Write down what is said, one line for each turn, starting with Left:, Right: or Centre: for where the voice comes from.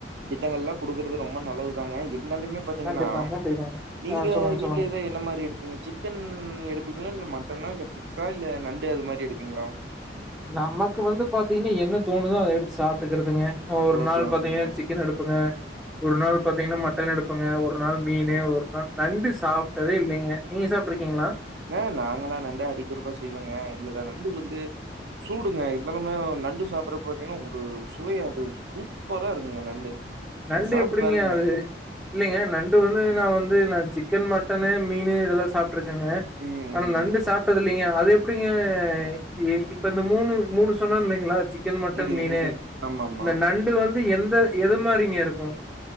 Right: திட்டங்கள் எல்லா குடுக்கறது ரொம்ப நல்லதுதாங்க இருந்தாலுமே பாத்தீங்கன்னா
Centre: கண்டிப்பாங்க கண்டிப்பாங்க
Right: நீங்க
Centre: ஆ சொல்லுங்க
Right: வீடலேத
Centre: சொல்லுங்க
Right: இரு எந்த மாரி எடுப்பீங்க சிக்கன் எடுப்பீங்களா இல்ல மட்டனா இல்ல பிஷ்ஷா இல்ல நண்டு அது மாரி எடுப் ப்ங்களா
Centre: நமக்கு வந்து பாத்தீங்கன்னா என்ன தோணுதோ அத எடுத்து சாப்பிட்டுக்கறதுங்க ஒரு
Right: ஓகே
Centre: நாள்
Right: ஓகேங்க
Centre: பாத்தீங்கன்னா சிக்கன் எடுப்பங்க ஒரு நாள் பாத்தீங்கன்னா மட்டன் எடுப்புங்க ஒரு நாள் மீனு ஒரு நாள் நண்டு சாப்பிட்டதே இல்லைங்க நீங்க சாப்பிட்டு இருக்கீங்களா
Right: ஆ நாங்கல்லா நண்டு அடிக்கொருக்கா செய்வாங்க எங்களுக்கு நண்டு வந்து சூடுங்க இருந்தாலுமே நண்டு சாப்பிடற பாத்தீங்கன்னா ஒரு சுவைய அது சூப்பரா இருக்குங்க நண்டு
Centre: நண்டு
Right: நீங்க சாப்ட்டு
Centre: எப்டிங்க
Right: பாருங்க
Centre: அது இல்லைங்க நண்டு வந்து நா வந்து நா சிக்கன் மட்டனு மீனு இதெல்லா சாப்பிட்டுருக்கேங்க
Right: ம் ம்
Centre: நண்டு சாப்டது இல்லைங்க அது எப்டிங்க இ இப்ப இந்த மூணு மூணு சொன்னேல்லைங்களா சி க்கன் மட்டன்
Right: ம்
Centre: மீனு
Right: ம் ம் ஆமாமா
Centre: இந்த நண்டு வந்து எந்த எது மாரிங்க இருக்கு